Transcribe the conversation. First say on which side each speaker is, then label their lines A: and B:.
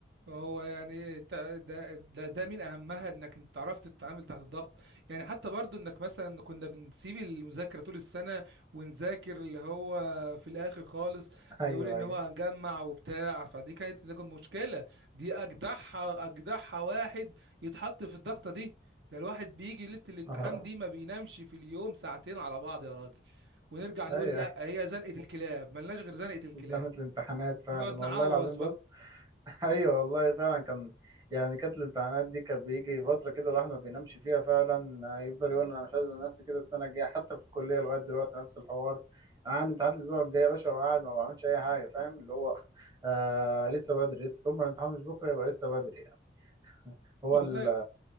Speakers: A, on the right; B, on the right.
A: هو يعني انت ده ده ده من اهمها انك انت عرفت تتعامل تحت الضغط يعني حتى برضو انك مثلا كنا بنسيب المذاكره طول السنه ونذاكر اللي هو في الاخر خالص
B: <laughs>
A: نقول
B: ايوه
A: ان
B: ايوه
A: هو هنجمع وبتاع فدي كانت ده كانت مشكله دي اجدعها اجدعها واحد يتحط في الضغطه دي ده الواحد بيجي ليله الامتحان
B: <laughs>
A: دي ما بينامش في اليوم ساعتين على بعض يا راجل ونرجع نقول
B: ايوه
A: لا هي زنقه الكلاب ملناش غير زنقه الكلاب
B: زنقة الامتحانات فعلا
A: ونقعد نعوز
B: والله العظيم
A: بقى
B: بص <laughs> ايوه والله فعلا كان يعني كانت الامتحانات دي كان بيجي فتره كده الواحد ما بينامش فيها فعلا يفضل يقول انا مش عايز أنام نفسي كده السنه الجايه حتى في الكليه لغايه دلوقتي نفس الحوار انا عندي امتحانات الاسبوع الجاي يا باشا وقاعد ما بعملش اي حاجه فاهم اللي هو <laughs> آه لسه بدري لسه طول ما الامتحان مش بكره يبقى لسه بدري يعني هو
A: والله
B: ال-